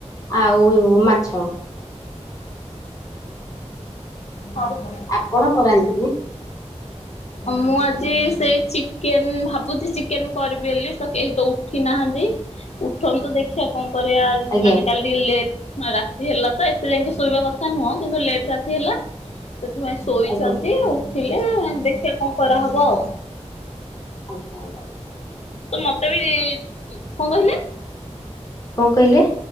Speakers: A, on the left; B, on the left.
A: ଆଉ ମାଛ।
B: ହଉ ହଉ।
A: ଆପଣ କଣ ରାନ୍ଧିବେ
B: ଆଉ ମୁଁ ଆଜି ସେଇ ଚିକେନ ଭାବୁଛି ଚିକେନ କରିବି ବୋଲି ତ କେହି ତ ଉଠି ନା ହାନ୍ତି ଉଠନ୍ତୁ ଦେଖିବା କଣ
A: ଆଜ୍ଞା
B: ମାନେ କାଲି ଟିକେ ଲେଟ୍ ରାତି ହେଲା ତ ଏତେ ଯାଇକି ଶୋଇବା କଥା ନୁହଁ କିନ୍ତୁ ଲେଟ୍ ରାତି ହେଲା ସେଥିପାଇଁ ଶୋଇଛନ୍ତି
A: ଆଜ୍ଞା।
B: ଆଉ ଥିଲେ ଆଉ ଦେଖିବା କଣ କରାହବ ଆଉ।
A: ଆଜ୍ଞା।
B: ତ ମତେ ବି କଣ କହିଲେ?
A: କଣ କହିଲେ?